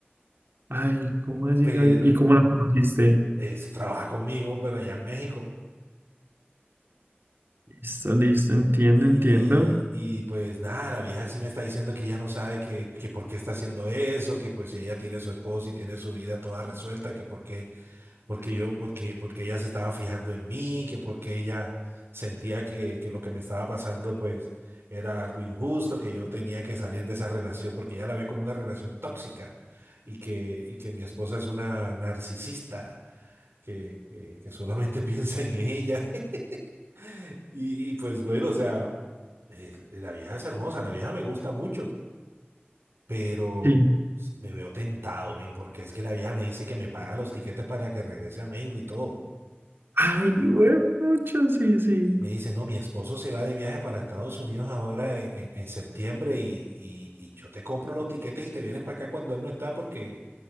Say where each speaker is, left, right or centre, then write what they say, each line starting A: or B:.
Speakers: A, on the right; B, on the right.
A: ay, ¿cómo así,
B: pero
A: Gabriel? ¿Y cómo la conociste?
B: es- trabaja conmigo, pero allá en México.
A: Listo, listo, entiendo,
B: Y,
A: entiendo.
B: y, y, pues nada, la vieja sí me está diciendo que ella no sabe que, que por qué está haciendo eso, que pues si ella tiene su esposo y tiene su vida toda resuelta, que por qué Porque yo, porque, porque ella se estaba fijando en mí, que porque ella sentía que, que lo que me estaba pasando, pues, era algo injusto, que yo tenía que salir de esa relación, porque ella la ve como una relación tóxica, y que, y que mi esposa es una narcisista, que, que, que solamente <laughs> piensa en ella. <laughs> Y, y pues bueno, o sea, el- la vieja es hermosa, la vieja me gusta mucho, pero
A: Sí.
B: pues, me veo tentado, ven, porque es que la vieja me dice que me paga los tiquetes para que regrese a México y todo.
A: Ay, bueno, mucho, sí, sí.
B: eh, me dice, no, mi esposo se va de viaje para Estados Unidos ahora en, en- en septiembre y, y- y yo te compro los tiquetes y te vienes para acá cuando él no está porque